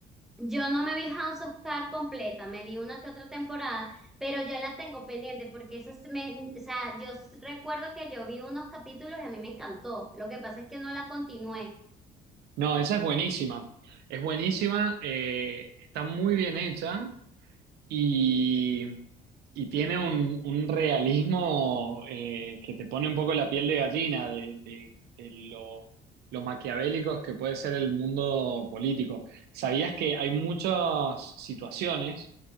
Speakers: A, in the centre; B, on the right.
A: Yo no me vi House of Cards completa, me vi una que otra temporada, pero ya la tengo pendiente porque esa se me, o sea, yo s- recuerdo que yo vi unos capítulos y a mí me encantó. Lo que pasa es que no la continué.
B: No, esa es buenísima, es buenísima, eh, está muy bien hecha. Y, y tiene un, un realismo eh, que te pone un poco la piel de gallina de, de- de lo, lo maquiavélico que puede ser el mundo político. ¿Sabías que hay muchas situaciones